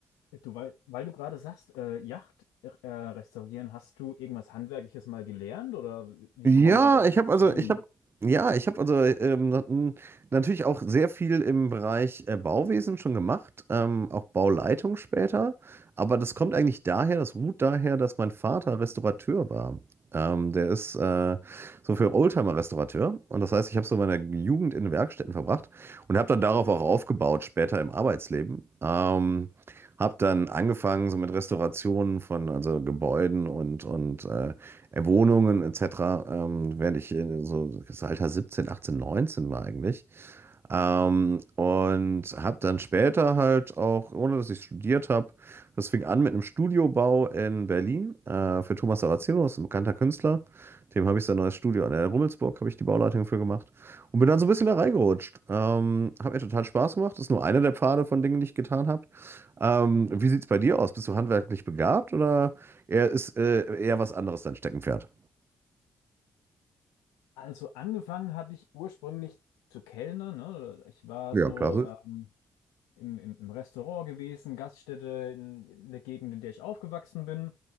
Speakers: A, on the left (about 85°); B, on the right (about 40°).
A: Du, weil, weil du gerade sagst, äh, Yacht äh, restaurieren, hast du irgendwas Handwerkliches mal gelernt oder wie
B: Ja,
A: kommst du das
B: ich habe also,
A: her gemacht?
B: ich habe, ja, ich habe also ähm, na- n- natürlich auch sehr viel im Bereich äh, Bauwesen schon gemacht, ähm, auch Bauleitung später. Aber das kommt eigentlich daher, das ruht daher, dass mein Vater Restaurateur war. Ähm, der ist äh, so für Oldtimer-Restaurateur. Und das heißt, ich habe so meine Jugend in Werkstätten verbracht und habe dann darauf auch aufgebaut, später im Arbeitsleben. Ähm, habe dann angefangen so mit Restaurationen von also Gebäuden und, und äh, Wohnungen etc., ähm, während ich in so das Alter 17, 18, 19 war eigentlich. Ähm, und habe dann später halt auch, ohne dass ich studiert habe, das fing an mit einem Studiobau in Berlin äh, für Thomas Saraceno, das ist ein bekannter Künstler. Dem habe ich sein neues Studio an der Rummelsburg, habe ich die Bauleitung für gemacht und bin dann so ein bisschen da reingerutscht. Ähm, hat mir total Spaß gemacht. Das ist nur einer der Pfade von Dingen, die ich getan habe. Ähm, wie sieht es bei dir aus? Bist du handwerklich begabt oder eher ist äh, eher was anderes dein Steckenpferd?
A: Also angefangen habe ich ursprünglich zu kellnern, ne? Ich war
B: Ja,
A: so
B: klasse.
A: ähm, im, im, im Restaurant gewesen, Gaststätte in, in der Gegend, in der ich aufgewachsen bin.